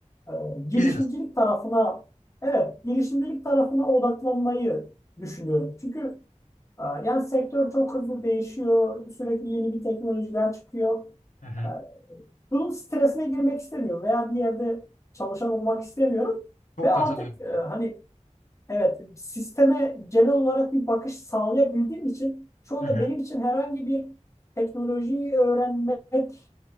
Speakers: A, on the left; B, on the left.
A: e, girişimcilik
B: Business.
A: tarafına evet girişimcilik tarafına odaklanmayı düşünüyorum. Çünkü e, yani sektör çok hızlı değişiyor. Sürekli yeni bir teknolojiler çıkıyor.
B: Hı hı.
A: E, bunun stresine girmek istemiyorum veya bir yerde çalışan olmak istemiyorum.
B: Çok
A: Ve artık
B: katılıyorum
A: e,
B: ya.
A: hani Evet, sisteme genel olarak bir bakış sağlayabildiğim için şu anda
B: Hı hı.
A: benim için herhangi bir teknolojiyi öğrenmek